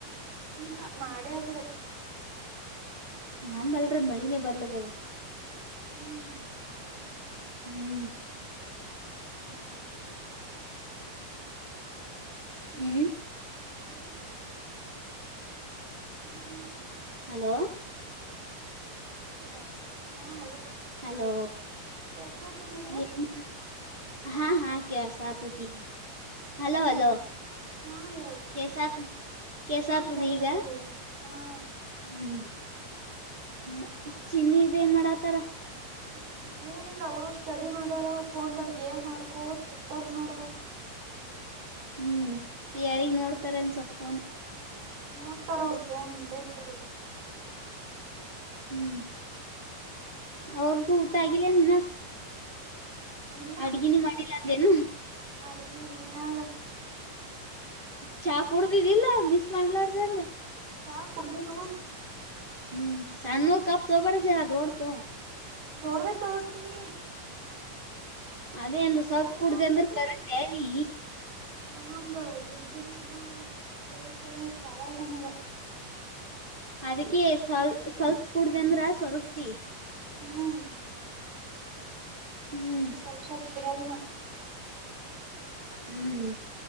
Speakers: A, on the right (about 80°); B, on the right (about 25°).
A: ಇಲ್ಲ ಮಾಡೇ ಅದವತ್ತು.
B: ನಾ ಬಲ್ರರಿ ಮಳಿನೇ ಬರ್ಲಕ್ಕ ಅದು.
A: ಹ್ಮ್
B: ಹ್ಮ್.
A: ನಿಗೆ.
B: ಹ್ಮ್.
A: <unintelligible>
B: ಹಲೋ
A: ದಾಸತ ರಾತ್ರಿ ಹಾ ಹಲೋ.
B: ಹಲೋ
A: ಕೆಸಲ ತ ನೀಗ.
B: ಏನ್ ಹಾ ಹಾ ಕ ಸಾತ ಹತ ಹಲೋ
A: ಹಾ
B: ಹಲೋ.
A: ಹಾ ಹೇಳು
B: ಕಸ ಆತದ ಕಸ
A: ಹಾ
B: ಆತದ
A: ಕೇಸ್ಲತದ
B: ಈಗ
A: ಹೇಳು ಹಾ
B: ಹ್ಮ್. ಹ ಚಿ ನ್ನ ಇದ ಏನ್ ಮಾಡಾತಾರ.
A: ಹ <unintelligible> ಏನಿಲ್ಲ ಅವರು ಸ್ಟಡಿ ಮಾಡ್ಯಾರ ಫೋನ್ದಾಗ ಏ ಮಾಡ್ಕೋ ಉತ್ತರ್ ನೋಡುವ.
B: ಹ್ಮ್ ಯಾರಿಗ್ ನೋಡ್ತಾರ ಅನ್ ಸೊಪ್ಕನು.
A: ನೋಡ್ತಾರ ಅವ್ರ ಫೋನ್ ಬೇಕ್ರ.
B: ಹ್ಮ್ ಅವ್ರ್ದು
A: ಹ್ಮ್
B: ಊಟ ಆಗಿಲ್ಲ ನಿಿನ.
A: ಇಲ್ಲ
B: ಅಡ್ಗಿನಿ ಮಾಡಿಲ್ಲ ಅಂದೇನು.
A: ಅಡಿಗೆ ಇನ್ನ ಅಲ್ಲ
B: ಚಾ ಕುಡ್ದಿದಿಲ್ಲ ಮಿಸ್ ಮಾಡ್ಲಾರ್ದಂಗ
A: ಚಾ ಕುಡ್ದ ನೀವ
B: ಹ್ಮ್ ಸಣ್ಣು ಕಾಪತ ಬಡಜರ ದೌಡತ
A: ದೊಡ್ದ ತೊಳತೀನಿ
B: ಅದೇಂದ
A: ಕಣ್ಣು
B: ಸ್ವಲ್ಪ
A: ಎಲ್
B: ಕುೂಡ್ದ
A: ಸಾಲಬೇಕು
B: ಅಂದ್ರ ಕರೆಕ್ಟ್ ನೀ
A: ಒಂದೊಂದು ಗಿದ್ನ ಗಿದ್ನ ಕೊಳವಿ ಕೊಳವಿ ಸಾಲ ಅಲ್ ನನಗ
B: ಅದಕ್ಕೆ ಸ್ವಲ್ ಸ್ವಲ್ಪ ಕುಡ್ದ ಅಂದ್ರ ಸವರಪ್ತಿ
A: ಹ್ಮ್
B: ಹ್ಮ್
A: ನದಕ್ಕೆ ಸ್ವಲ್ಪ ಸ್ವಲ್ಪ ಕುಡಲ್ಲ ನ
B: ಹ್ಮ್